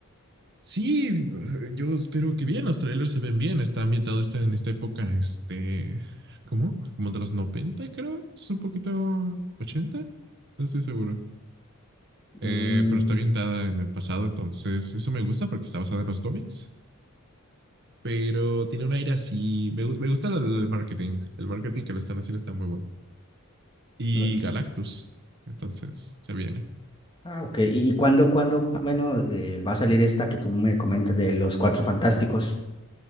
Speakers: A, on the right; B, on the left.
A: Sí, yo espero que bien, los trailers se ven bien, está ambientado está en esta época, este, ¿cómo? Como de los 90 creo, es un poquito ochenta no estoy seguro. Eh,
B: Mm,
A: pero está ambientada en el pasado, entonces eso me gusta porque está basada en los cómics, pero tiene un aire así, me, me gusta lo del marketing, el marketing que le están haciendo está muy bueno. Y
B: no-
A: Galactus, entonces se viene.
B: ah, ok. ¿Y, y cuándo, cuándo más o menos eh, va a salir esta que tú me comentas de los Cuatro Fantásticos?